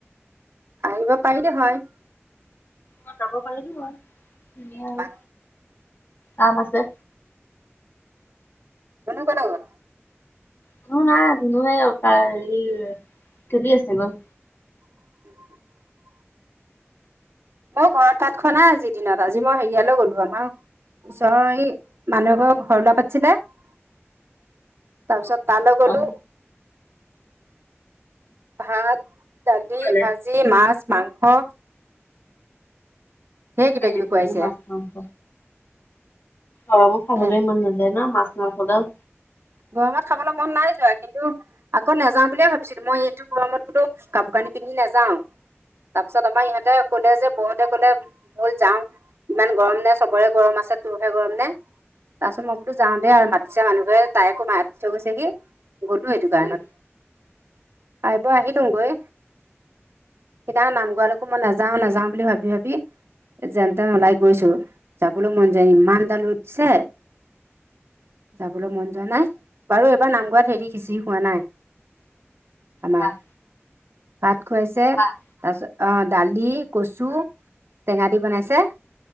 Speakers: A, on the right (about 60°); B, on the left (about 50°).
A: আহিব পাৰিলে হয়
B: অহ যাব পাৰি মই এনে
A: এপাক
B: <unintelligible> কাম আছে।
A: ধুনু কলৈ গল?
B: ধুনু নাই ধুনু সেই তাৰ হেৰি খেলি আছে গৈ
A: <unintelligible> মই ঘৰত ভাত খোৱা নাই আজিৰ দিনত আজি মই হেৰিয়ালৈ গ'লো আমাৰ ওচৰৰ এই মানুহ এঘৰৰ ঘৰ ওলোৱা পাতিছিল তা-পাছত তাৰলৈ গলো
B: অ
A: ভাত দালি
B: পালে
A: ভাজি মাছ মাংস ঢেৰ কিবা
B: দালি
A: কিবি
B: ভাজি
A: খুৱাইছে
B: মাছ মাংস গৰমত খাবলৈ
A: হে
B: মন নাযায় ন মাছ মাংসগাল
A: গৰমত খাবলৈ মন নাই যোৱা কিন্তু আকৌ নাযাওঁ বুলিয়ে ভাবি বিছো এইটো গৰমত বোলো কাপোৰ কানি পিন্ধি নাযাওঁ তাৰপিছত আমাৰ ইহঁতে কলে যে বৌহতে কলে বৌল যাওঁ ইমান গৰম নে চবৰে গৰম আছে তোৰহে গৰম নে তাৰছত মই বোলো যাওঁ দে আৰু মাতিছে মানুহঘৰে তাই আকৌ মাতি থৈ গৈছেহি গ'লো এইটো কাৰণত
B: উম
A: খাই বৈ আহিলোংগৈ সেইদিনাখন নাম গোৱালৈকো মই নাযাও নাযাও বুলি ভাবি ভাবি এ যেন তেন ওলাই গৈছো যাবলৈ মন যোৱা নাই ইমানডাল ৰ'দ দিছে যাবলৈ মন যোৱা নাই বাৰু এবাৰ নামঘৰত হেৰি খিছিৰি খোৱা নাই আমাৰ
B: ভাত
A: ভাত খুৱাইছে
B: ভাত
A: তাপিছত অ দালি কচু টেঙা দি বনাইছে